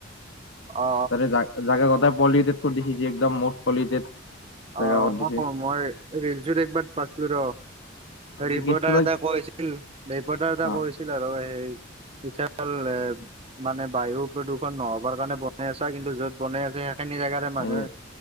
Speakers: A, on the right; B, on the left.
A: অ
B: তাৰে জা জাগা কটাই পলিউটেড কৰি দিছে একদম মষ্ট পলিউটেড। জাগা
A: অঁ
B: কৰি দিছে
A: হক মই ৰিলজুত একবাৰ পাইছোঁ ৰ! ৰিপৰ্টাৰ
B: এই কেছটো বা
A: এটা কৈছিল, ৰিপৰ্টাৰ এটা
B: অ
A: কৈছিল আৰু সেই- ইথানল লে- মানে বায়ু প্ৰদূষণ নহবৰ কাৰণে বনাই আছা কিন্তু য'ত বনাই আছে সেইখিনি জেগাত- এ মানুহে,
B: এই